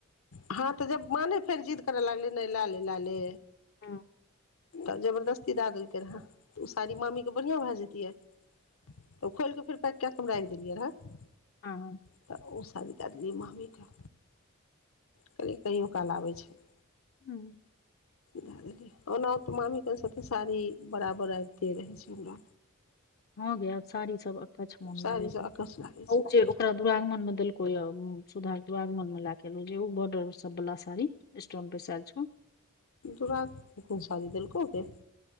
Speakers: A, on the left; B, on the left.
A: हँ तऽ जब माँ ने फेर जिद करै लागलै नहि लै ले लै ले
B: हूँ
A: तऽ जबरदस्ती दए देलकै रहए तऽ ओ साड़ी मामीके बढ़िआँ भए जैतियै तऽ ओ खोलि कऽ फेर पैक कए कऽ हम राखि देलियै रहै
B: <unintelligible>
A: तऽ ओ साड़ी दैय देलियै मामीकेँ कहलियै कहियो काल आबै छै
B: हूँ
A: दए देलियै ओना ओ तऽ मामीे के सँ तऽ साड़ी बराबर आबिते रहै छै हमरा
B: हँ गैय आब साड़ी सब अकछ मन
A: साड़ीसँ
B: लागे छै
A: अकछ लागै छै
B: उ जे तोरा दुरागमन मे देलको या सुधा दुरागमन मऽ लए के जे उ बॉर्डर सब बला साड़ी स्टोन बैसाइल छौ
A: दुरागमन मे कोन साड़ी देलकौ गे